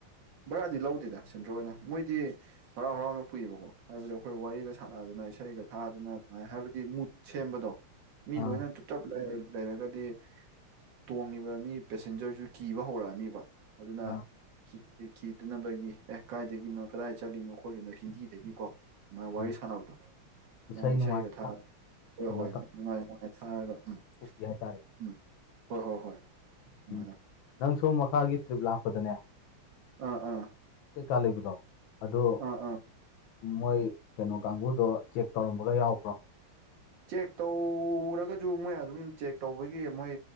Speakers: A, on the right; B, on the left.
A: ꯚꯔꯥꯗꯤ ꯂꯧꯗꯦꯗ ꯁꯦꯟꯇ꯭ꯔꯣ ꯑꯣꯏꯅ ꯃꯣꯏꯗꯤ ꯍꯔꯥꯎ ꯍꯔꯥꯎꯅ ꯄꯨꯏꯕꯀꯣ ꯍꯥꯏꯕꯗꯤ ꯑꯩꯈꯣꯏ ꯋꯥꯔꯤꯒ ꯁꯥꯟꯅꯗꯅ ꯏꯁꯩꯒ ꯊꯥꯗꯅ ꯑꯗꯨꯃꯥꯏꯅ ꯍꯥꯏꯕꯗꯤ ꯃꯨꯠ ꯁꯦꯝꯕꯗꯣ ꯃꯤ
B: ꯑꯥ
A: ꯂꯣꯏꯅ ꯇꯞ ꯇꯞ ꯂꯩ ꯂꯩꯔꯒꯗꯤ ꯇꯣꯡꯉꯤꯕ ꯃꯤ ꯄꯦꯁꯦꯟꯖꯔꯁꯨ ꯀꯤꯕ ꯍꯧꯔꯛꯑꯅꯤꯕ ꯑꯗꯨꯅ
B: ꯑꯥ
A: ꯈꯤꯗꯅꯕꯒꯤ ꯑꯦ ꯀꯥꯏꯗꯒꯤꯅꯣ ꯀꯗꯥꯏ ꯆꯠꯂꯤꯅꯣ ꯈꯣꯠꯂꯤꯅꯣ ꯍꯤꯟꯗꯤꯗꯒꯤꯀꯣ ꯃꯥꯥꯏ ꯋꯥꯔꯤ
B: ꯎꯝ
A: ꯁꯥꯟꯅꯕꯗꯣ
B: ꯏꯁꯩ
A: ꯃꯥꯥꯏ ꯏꯁꯩꯒ
B: ꯅꯨꯡꯉꯥꯏ
A: ꯊꯥꯔꯥ ꯍꯣꯏ
B: ꯀꯩꯅꯣ
A: ꯍꯣꯏ
B: ꯇꯧ
A: ꯅꯨꯡꯉꯥꯏ ꯅꯨꯡꯉꯥꯏ ꯊꯥꯔꯒ ꯎꯝ
B: ꯄꯨꯕꯤ ꯍꯥꯏꯇꯥꯔꯦ
A: ꯎꯝ ꯍꯣꯏ ꯍꯣꯏ ꯍꯣꯏ ꯑꯗꯨꯃꯥꯏꯅ
B: ꯎꯝ ꯅꯪ ꯁꯣꯝ ꯃꯈꯥꯒꯤ ꯇ꯭ꯔꯤꯞ ꯂꯥꯛꯄꯗꯅꯦ
A: ꯑꯥ ꯑꯥ
B: ꯀꯥ ꯂꯩꯕꯗꯣ ꯑꯗꯣ
A: ꯑꯥ ꯑꯥ
B: ꯃꯣꯏ ꯀꯩꯅꯣ ꯀꯥꯡꯕꯨꯗꯣ ꯆꯦꯛ ꯇꯧꯔꯝꯕꯒ ꯌꯥꯎꯕ꯭ꯔꯣ
A: ꯆꯦꯛ ꯇꯧꯔꯒꯁꯨ ꯃꯣꯏ ꯑꯗꯨꯝ ꯆꯦꯛ ꯇꯧꯕꯒꯤ ꯃꯣꯏ